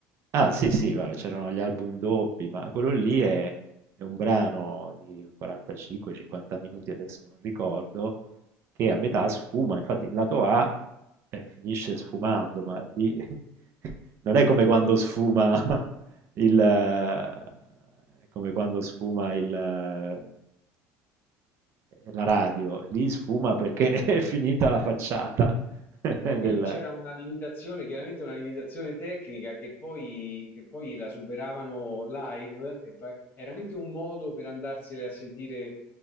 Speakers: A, on the right; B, on the left.
A: ah sì sì, va, c'erano gli album doppi, ma quello lì è è un brano di 45-50 minuti, adesso non ricordo che a metà sfuma, infatti il lato A eh, finisce sfumando, ma lì <laughs> non è come quando sfuma <laughs> il, eh, è come quando sfuma il, eh, la radio, lì sfuma perché <laughs> è finita la facciata <laughs>
B: No, qui
A: del...
B: lì c'era una limitazione, chiaramente una limitazione tecnica che poi, che poi la superavano live. e pa- era anche un modo per andarsene a sentire